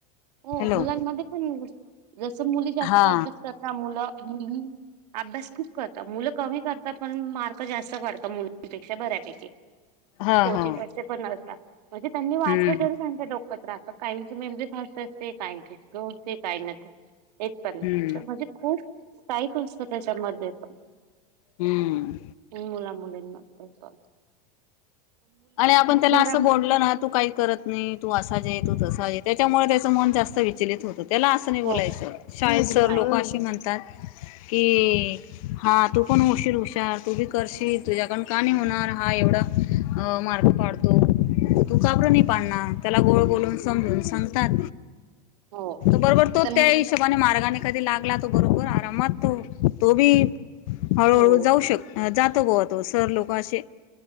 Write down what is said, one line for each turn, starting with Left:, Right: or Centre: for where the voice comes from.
Right: हो
Left: हॅलो
Right: मुलांमध्ये पण अस मुली जास्त
Left: हा
Right: अभ्यास कर ना मुलं मुली अभ्यास खूप करतात मुलं कमी करतात पण मार्क जास्त काढतात मुलांपेक्षा बऱ्यापैकी
Left: हा
Right: क्वचित
Left: हो
Right: असे पण नसता म्हणजे त्यांनी वाचलं
Left: हम्म
Right: तरी त्यांच्या काहींची मेमोरी फास्ट असते ना ते काय ते हो ते काय ना ते एक पण
Left: हम्म
Right: म्हणजे खूप पाईप असतो त्याच्यामध्ये पण
Left: हम्म
Right: मुला मुलींना <inaudible>
Left: आणि आपण त्याला
Right: घरामध्ये
Left: असं बोलल ना तू काही करत नाही तू असा जे तू
Right: हं.
Left: तसा जे त्याच्यामुळे त्याच मन जास्त विचलित होते त्याला असं नाही बोलायचं
Right: हो
Left: शाळेत सर
Right: नाही
Left: लोक अशी म्हणतात. कि हा तू पण होशील हुशार तू बी करशील तुझ्याकड का नाही होणार हा एवढा अ मार्क पाडतो. तू काबर नाही पाडणार त्याला गोळ बोलून समजून सांगतात
Right: हो
Left: बरोबर तो
Right: तर
Left: त्या हिशोबाने मार्गाने कधी लागला तो बरोबर आरामात तो तो बी हळूहळू
Right: हो
Left: जाऊ शक जात गो तो सर लोक अशे